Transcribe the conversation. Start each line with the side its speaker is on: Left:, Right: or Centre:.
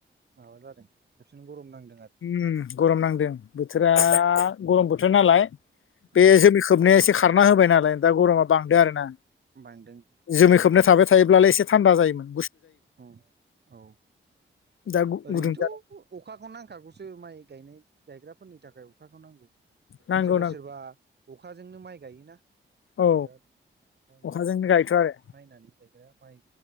Right: माबा जादों खेबसेनो गरम नांदों ।
Left: उम गरम नांदों बोथोरा गरम बोथोर नालाय बे
Right: औ
Left: जोमै खोबनाया एसे खारना होबाय नालाय दा गरमा बांदो आरो ना
Right: बांदों
Left: जुमि खोबनो थाबाय थायोब्लालाय एसे थान्दा जायोमोन ।
Right: औ औ
Left: दा गु-
Right: ओरैनोथ
Left: गुदुं जादों
Right: अखाखौ नांखागौ जों माइ गायनाय गायग्राफोरनि थाखाय अखाखौ नांगौ
Left: नांगौ
Right: सोरबा
Left: नांगौ
Right: सोरबा अखाजोंनो माइ गायोना <inaudible>
Left: औ अखाजोंनो
Right: बोथोरजों
Left: गायथ' आरो
Right: नायनानै‌ <inaudible> माइ